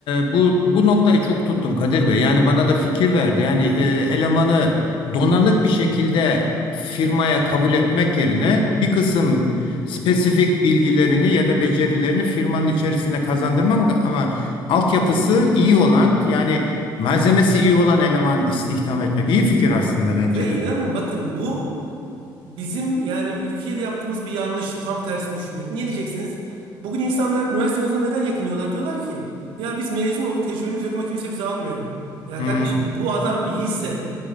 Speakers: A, on the left (about 75°); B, on the right (about 85°).
A: e, bu bu noktayı çok tuttum Kadir Bey. Yani bana da fikir verdi. Yani e, elemanı donanık bir şekilde firmaya kabul etmek yerine bir kısım spesifik bilgilerini ya da becerilerini firmanın içerisinde kazandırmak ama altyapısı iyi olan yani malzemesi iyi olan eleman istihdam etmek iyi fikir aslında bence
B: Ve
A: de.
B: inanın bakın bu Bizim yani ülkede yaptığımız bir yanlış tam tersini düşünmek. Niye diyeceksiniz? Bugün insanlar üniversite mezunu neden yakınıyorlar? Diyorlar ki ya biz mezun olduk tecrübemiz yok ama kimse bizi almıyor. Ya
A: Hmm.
B: kardeşim bu adam iyiyse